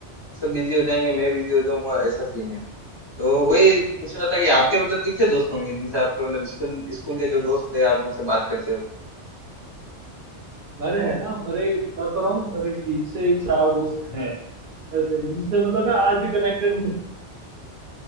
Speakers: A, on the left (about 30°); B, on the right (about 60°).
A: सब बिजी हो जाएंगे मैं बिजी हो जाऊंगा ऐसा सीन है तो
B: हम्म।
A: वही पूछ रहा था कि आपके मतलब कितने दोस्त होंगे जिनसे आपके मतलब स्कूल स्कूल के जो दोस्त थे आप उनसे बात करते हो
B: मेरे है ना मेरे बता तो रहा हूँ मेरे तीन से चार दोस्त हैं ऐसे जिनसे मतलब मैं आज भी कनेक्टेड हूँ